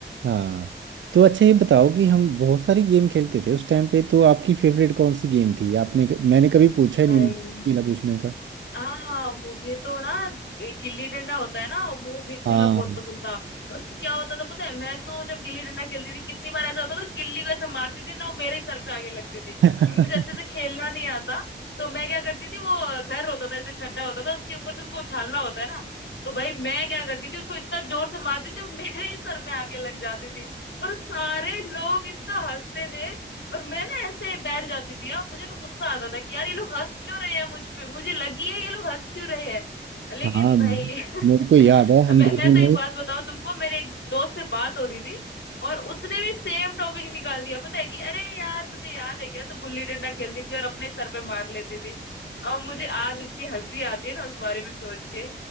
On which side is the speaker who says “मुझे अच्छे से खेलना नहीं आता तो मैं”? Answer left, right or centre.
Left